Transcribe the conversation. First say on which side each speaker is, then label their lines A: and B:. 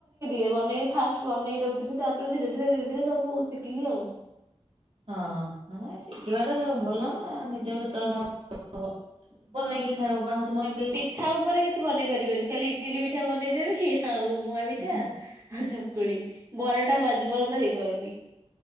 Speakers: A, on the right; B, on the right.
A: ଯେ ବନେଇ ଫାଷ୍ଟ ବନେଇ ଦଉଥିଲି। ତାପରେ ଧୀରେ ଧୀରେ ଧୀରେ ଧୀରେ ସବୁ ଶିଖିଲି ଆଉ।
B: ହଁ ଶିଖିବା ଟା ଭଲ ନା ନିଜ କେତେବେଳେ କଣ <unintelligible> ବନେଇକି ଖାଇବ ବାହାରୁ ମଗେଇ
A: ଏ ପିଠା ଉପରେ କିଛି ବନେଇ ପାରିବନି ଖାଲି ଇଟିଲି ପିଠା ବନେଇଦେବି ଆଉ ମୁଆ ପିଠା
B: ହଁ
A: ଆଉ ଚକୁଳି ବରାଟା ବାଜି ପର୍ଯ୍ୟନ୍ତ ହେଇପାରୁନି।